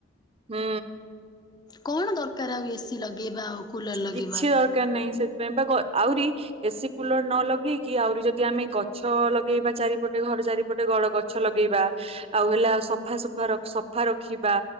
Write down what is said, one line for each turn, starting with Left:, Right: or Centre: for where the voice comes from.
Right: ହୁଁ।
Left: କଣ ଦରକାର ଆଉ ଏସିି ଲଗେ ଲଗେଇବା ଆଉ କୁଲର୍ ଲଗେଇବା।
Right: କିଛି ଦରକାର ନାହିଁ ସେଥିପାଇଁ ଆହୁରି ଏସି କୁଲର ନ ଲଗେଇକି ଆହୁରି ଯଦି ଆମେ ଗଛ ଲଗେଇବା ଚାରିପଟେ ଘର ଚାରିପଟେ ଗ ଗଛ ଲଗେଇବା ଆଉ ହେଲା ସଫାସଫା ସଫା ରଖିବା